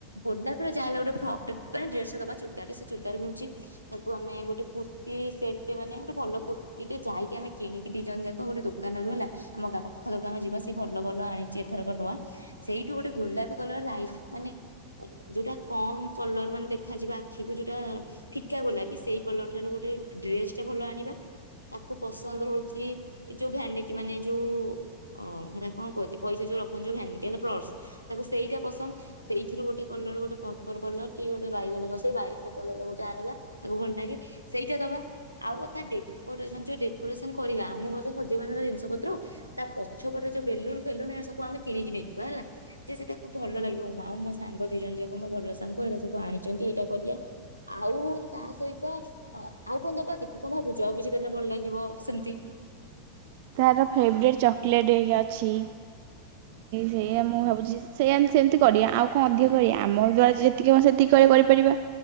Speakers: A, on the right; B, on the right.
A: ଗୋଲାପିର ଯାହ ହେଲା ଗୋଟେ ଫର୍କ ଟେ ଡ୍ରେସ ଟେ ଦବା ଚୁରଦାରେ ସେ ଚୁଦାରାର ପିନ୍ଧୁଛି ତାକୁ ଆମେ ଗୋଟେ କୁର୍ତ୍ତି ସେଟ ମାନେ ଗୋଟେ ଭଲ କୁର୍ତ୍ତି ଟେ ଯାଇକି ଆମେ କିଣିକି ଦି ଜଣ ଯାକ ଗୋଟେ ଦୋକ ଦୋକାନ ରୁ ହେଲା ଆମ <inaudible> ଦୋକାନରୁ ଯିବା ସେ ଭଲ ଭଲ ଆଣିଛି ଏଥରକ ନୂଆ ସେଇଠୁ ଗୋଟେ ଗୋଲାପୀ କଲର ଲାଇଟ ମାନେ ଯୋଉଟା କମ କଲର ମାନେ ଦେଖାଯିବ ଆଖିକୁ ଯୋଉଟା ଫିକା ଗୋଲାପୀ ସେଇ କଲରଟାର ଗୋଟେ ଡ୍ରେସ ଟା ଭଲ ଆଣିବା ତାକୁ ପସନ୍ଦ ହଉଛି ଯୋଉ ଭ୍ୟାନିଟ ମାନେ ଯୋଉ ଓହ ହେଟା କଣ କୁହନ୍ତି ପଇସା ଯୋଉ ରଖନ୍ତି ଭ୍ୟାନିଟ ପରଶ ତାକୁ ସେଇଟା ପସନ୍ଦ ସେଇଥିରୁ ଗୋଟେ କଲର ଗୋଟେ ପର୍ପଲ କଲର କି ଗୋଟେ ବାଇଗଣି ସେଇ ବାଇଗଣି କଲର ଗୋଟେ ଆଣିବା ତାକୁ ଭଲ ଲାଗେ ସେଇଟା ଦବା ଆଉ କଥା ଡେକୁରେସନ୍ ଯୋଉ କରିବା ଆମ ଘର <inaudible> ଜିନିଷ ପତ୍ର ତା ପଛପଟେ ଯୋଉ ବେଲୁନ ଫେଲୁନ ଏରା ସବୁ ଆମେ କିଣିକି ନେଇଥିବା ହେଲା ଯେ ସେଇଟା ଖୁବ ଭଲ ଲାଗିବ ମା ଆଉ ମୋ ସାଙ୍ଗ ଦି ଜଣ ଯାକ ମୋ ଭଲ ସାଙ୍ଗ ଏଇଟା ସବୁ ଆଣିଛନ୍ତି ଏଇଟା କରିଵା ଆଉ ତା ସହିତ ଆଉ କଣ ଦବା କି ତୁ କଣ ଭାବୁଛୁ ଆଉ କିଛି ଦେଲେ ଭଲ ଲାଗିବ ସେମତି?
B: ତାର ଫେବରେଟେ ଚକୋଲେଟ୍ ହେରିକା ଅଛି ସେଇଆ ମୁଁ ଭାବୁଛି <unintelligible> ସେମତି କରିବା ଆଉ କଣ ଅଧିକ କରିବା ଆମ ଦ୍ଵାରା ଯେତିକି ହବ ସେତିକି କରିପାରିବା।